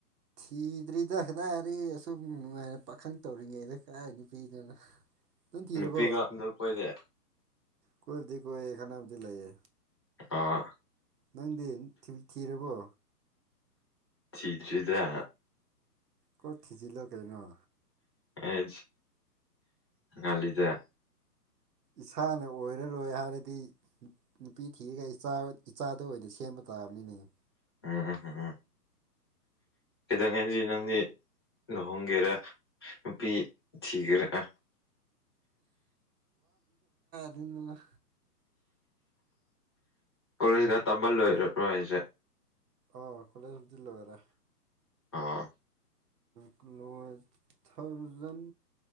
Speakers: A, on the right; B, on the left.
A: ꯊꯤꯗꯔꯤꯗ ꯑꯗꯥꯏꯔꯤ ꯑꯁꯨꯝ ꯅꯨꯡꯉꯥꯏꯅ ꯄꯥꯈꯪ ꯇꯧꯔꯤꯉꯩꯗ ꯀꯥꯏ ꯍꯥꯏꯅ ꯄꯤꯗꯅ ꯑꯗꯨꯅ ꯊꯤꯔꯣꯔꯕꯣ
B: ꯅꯨꯄꯤꯒ ꯑꯝꯇ ꯀꯣꯏꯗꯦ
A: ꯀꯣꯏ ꯀꯣꯏ ꯈꯅꯕꯨꯗꯤ ꯂꯩꯥꯏꯌꯦ
B: ꯑꯥ
A: ꯅꯪꯗꯤ ꯊꯤꯔꯕꯣ
B: ꯆꯤꯗꯔꯤꯗ
A: ꯀꯣꯛ ꯊꯤꯖꯤꯜꯂꯣ ꯀꯩꯅꯣ
B: ꯑꯦ ꯉꯂꯤꯖ
A: ꯏꯁꯥꯅ ꯑꯣꯏꯔꯔꯣꯏ ꯍꯥꯏꯔꯗꯤ ꯅꯨꯄꯤ ꯊꯤꯔꯒ ꯏꯆꯥꯗ ꯑꯣꯏꯅ ꯁꯦꯝꯕ ꯇ ꯏꯁꯇꯥꯕꯅꯤ
B: ꯎꯝꯝꯝ ꯑꯦꯗꯣ ꯀꯩꯗꯤꯗꯤ ꯂꯨꯍꯣꯡꯒꯦꯔꯥ ꯅꯨꯄꯤ ꯊꯤꯒꯦꯔꯦ
A: ꯑꯗꯨꯅ
B: ꯀꯣꯂꯦꯖꯒ ꯇꯝꯕ ꯂꯣꯏꯔ꯭ꯔꯣꯁꯦ
A: ꯑ ꯀꯣꯂꯦꯖꯕꯨꯗꯤ ꯂꯕꯦꯔꯦ
B: ꯑꯥ
A: ꯀ꯭ꯂ ꯂꯣꯖ ꯊꯥꯎꯖꯟ